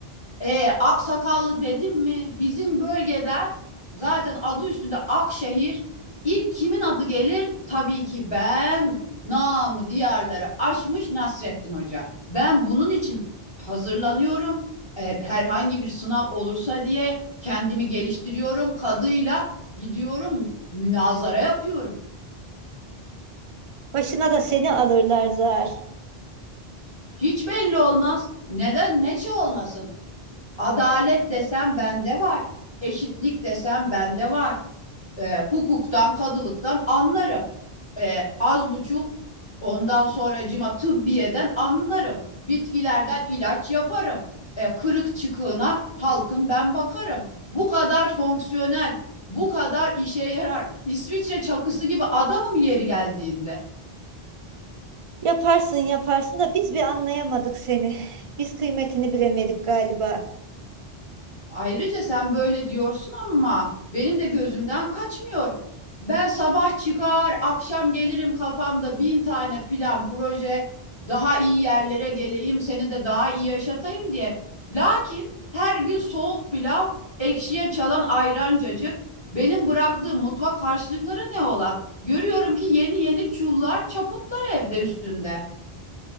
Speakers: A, on the left; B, on the right.
A: E, Aksakallı dedim mi? Bizim bölgeden zaten adı üstünde Akşehir. ilk kimin adı gelir? Tabii ki ben. Namı diyarları aşmış Nasrettin Hoca. Ben bunun için hazırlanıyorum. E, herhangi bir sınav olursa diye kendimi geliştiriyorum. Kadıyla gidiyorum münazara yapıyorum.
B: Başına da seni alırlar zar.
A: Hiç belli olmaz. Neden? Neçe olmasın? Adalet desem bende var. Eşitlik desem bende var e, hukuktan, kadılıktan anlarım. E, az buçuk ondan sonra cima tıbbiyeden anlarım. Bitkilerden ilaç yaparım. E, kırık çıkığına halkım ben bakarım. Bu kadar fonksiyonel, bu kadar işe yarar. İsviçre çakısı gibi adamım yeri geldiğinde.
B: Yaparsın yaparsın da biz bir anlayamadık seni. Biz kıymetini bilemedik galiba.
A: Ayrıca sen böyle diyorsun ama benim de gözümden kaçmıyor. Ben sabah çıkar, akşam gelirim kafamda bin tane plan, proje, daha iyi yerlere geleyim, seni de daha iyi yaşatayım diye. Lakin her gün soğuk pilav, ekşiye çalan ayrancacık, benim bıraktığım mutfak harçlıkları ne ola? Görüyorum ki yeni yeni çullar, çaputlar evde üstünde.